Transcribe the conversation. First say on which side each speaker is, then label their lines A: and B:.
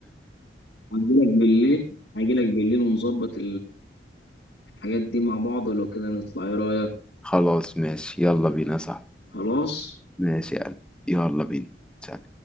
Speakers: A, on the left; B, in the centre.
A: هجي لك بالليل هجي لك بالليل ونظبط الحاجات دي مع بعض ولو كده نطلع ايه رايك؟
B: خلاص ماشي يلا بينا يا صاحبي
A: خلاص
B: ماشي يا قلبي يلا بينا سلام.